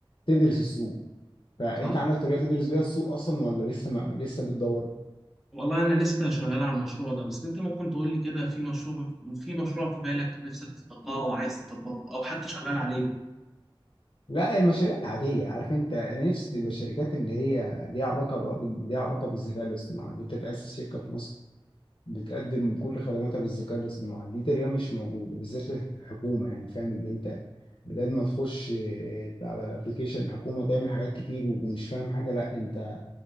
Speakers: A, on the left; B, in the centre.
A: تدرس السوق فانت
B: صح
A: عندك طريقة تدرس بيها السوق اصلا ولا لسه ما لسه بتدور
B: والله أنا لسه شغال على المشروع ده بس أنت ممكن تقول لي كده في مشروع في مشروع في بالك نفسك تطبقه أو عايز تطبقه أو حتى شغال عليه
A: لا المشاريع العادية عارف انت انا نفسي تبقى شركات اللي هي ليها علاقة بقى بال- ليها علاقة بالذكاء الاصطناعي ان انت تأسس شركة في مصر بتقدم كل خدماتها بالذكاء الاصطناعي دي تقريبا مش موجودة بالذات للحكومة يعني فاهم اللي انت بدل ما تخش اه، على الابليكيشن الحكومة تعمل حاجات كتير ومش فاهم حاجة لا انت